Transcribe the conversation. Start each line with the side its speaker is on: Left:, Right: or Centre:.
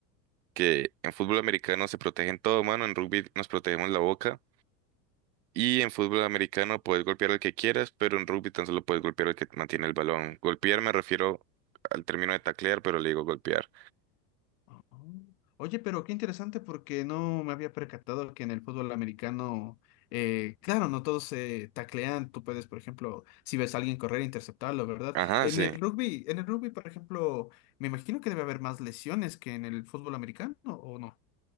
Right: que en fútbol americano se protegen todo, mano. En rugby nos protegemos la boca. Y en fútbol americano puedes golpear al que quieras, pero en rugby tan solo puedes golpear al que mantiene el balón. Golpear me refiero al término de taclear, pero le digo golpear.
Left: Ah. Oye, pero qué interesante porque no me había percatado que en el fútbol americano, eh, claro, no todos se taclean. Tú puedes, por ejemplo, si ves a alguien correr, interceptarlo, ¿verdad?
Right: Ajá,
Left: En
Right: sí.
Left: el rugby, en el rugby, por ejemplo, me imagino que debe haber más lesiones que en el fútbol americano, ¿o no?